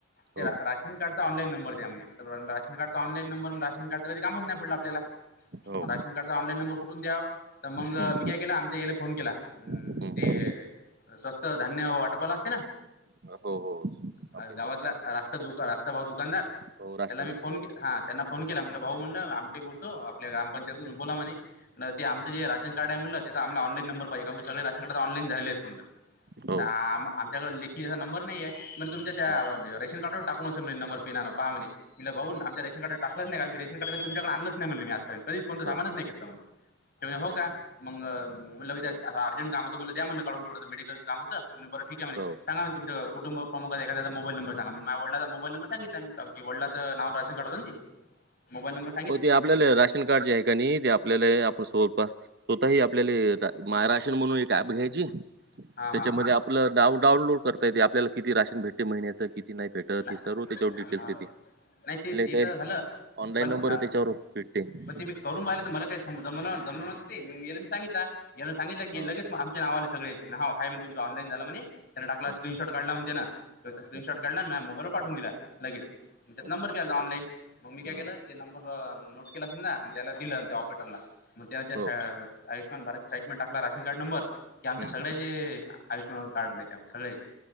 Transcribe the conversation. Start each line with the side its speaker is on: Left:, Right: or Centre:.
Left: ते
Right: हो,
Left: राशन कार्डचा ऑनलाईन नंबर त्या म्ह राशन कार्चा ऑलाईन नंबरणून रान कार्डच कधी कामच नाही पडलं आपल्याला
Right: हो.
Left: मग राशन कार्डचा ऑनलाईन नंबर कुठून द्याव तर मग
Right: हं,
Left: मी काय केला आमच्या याला फोन केला. ह्
Right: हं.
Left: ते स्वस्त धान्य वाटपाला असते ना.
Right: हो, हो.
Left: अ
Right: आपले ते
Left: गावातला
Right: राशनवाले.
Left: दुका रास्ता भाऊ दुकानदार
Right: हो, राशन,
Left: त्याला मी
Right: राशनवाले.
Left: फोन के हा त्यांना फोन केला म्हणलं भाऊ म्हणडं आमटे बोलतो आपल्या ग्रामपंचायतून बोला म्ह मणे तेमचंे राशन कार्ड आहेणलं त्याच आमला ऑलाईन नंर पाहिजे कार सग. ऑनलाईन झाले म्हण
Right: हो.
Left: आमच्याकड लेखीचा नंबर नाही आहे. म्हणजे तुमच्या त्या
Right: हं.
Left: रेशन कार्डवर टाकून असेलण नंबर पिनं पहा म्हणे. मला बघऊ आमच्या रेन कार्ड टकलंच नाही कारी रेन कार्ड तमच्याक आणलंच नाहीण मीजपयंत की कोणतं सामानच
Right: हां, हां.
Left: नाही घेतलं म्हण म्हणजे हो
Right: हं.
Left: का? मग म्हलं असं अर्जंट काम होतंलं त्या म्हणलं काढून थोडं मेडिकलचं कामतं. बं ठीक आहे
Right: हो.
Left: सांा म तुमच्याुं प्रमुखात एादा मोबाई नंबर मगडलाचा मोबाई नंर सांगितलाीडं नाव राशन कार्ड हो ते मोई नंर
Right: हो ते आपल्याला राशन कार्ड जे आहे का नाही ते आपल्याला आपण स्वरूप. स्वतःही आपल्याला महाराष्ट्र म्हणून एक ऍप घ्यायची.
Left: हां
Right: त्याच्यामध्ये
Left: हां हां
Right: आपलं डाउनलोड करता येते आपल्याला किती राशन भेटते महिन्याचं किती नाही भेटते.
Left: नाही
Right: सर्व त्याच्या िटेल्स
Left: हां नाही ते ते
Right: त्या
Left: तर झालं
Right: ऑनलाईन
Left: पण
Right: नंबर रट.
Left: पण ते मी करून पाहिलं तर मला काही जम जमव मी सांगितला या सांित क
Right: हां.
Left: लेच सगळेाय म तुम ऑनलाईन झालं म्हणे त्या टाकला
Right: हं.
Left: स्क्रीनशॉट काढला म त्याना तो स्क्रीनशॉट
Right: अच्छा,
Left: काढला म मोबाईलवर पाठून दिला लगेच त्यात
Right: अच्छा.
Left: नंर्यायता ऑनलाईन मग मी काय
Right: हं.
Left: केलं. ते नंबर नोट केला समजा आणि त्याला दिलं त्या ऑपरेटरला मग त्या त्या.
Right: हो.
Left: आयुषमान भार साटमेटाकला राशन कार्ड नंर की आमच्या
Right: हं.
Left: सगळ्याचे आयुष्यमान कार्डले ते सगळ्याचे.